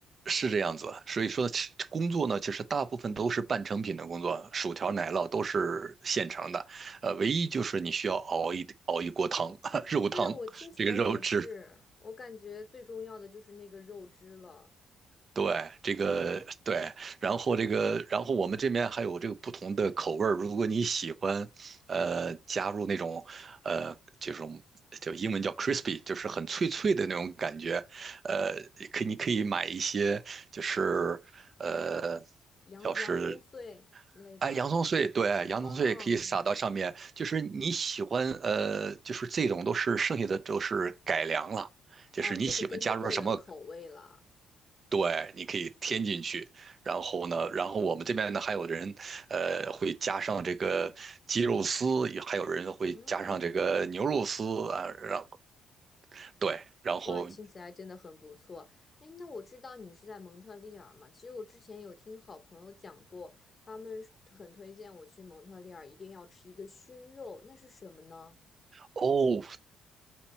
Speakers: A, on the right; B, on the left.
A: 是这样子。所以说其工作呢，其实大部分都是半成品的工作，薯条、奶酪都是现成的，呃，唯一就是你需要熬一熬一锅汤，<laughs> 肉汤，
B: 对，我听起来也是，
A: 这个肉汁。
B: 我感觉最重要的就是那个肉汁了，
A: 对，这个对，然后这个，然后我们这边还有这个不同的口味儿。如果你喜欢，呃，加入那种，呃，这种就英文叫 crispy，就是很脆脆的那种感觉，呃，可以你可以买一些，就是呃，
B: 洋洋葱碎之类的。
A: 要是哎洋葱碎，对，洋葱碎可以撒到上面，
B: 哦
A: 就是你喜欢，呃，就是这种都是剩下的都是改良了。就是你喜欢加入什么
B: 哦，就是根据个人口味了。
A: 对，你可以添进去，然后呢，然后我们这边呢还有人，呃，会加上这个鸡肉丝，也还有人会加上这个牛肉丝啊，
B: 嗯，
A: 然后对，然后
B: 哇，听起来真的很不错。哎，那我知道你是在蒙特利尔嘛？其实我之前有听好朋友讲过，他们是很推荐我去蒙特利尔，一定要吃一个熏肉，那是什么呢？
A: 哦，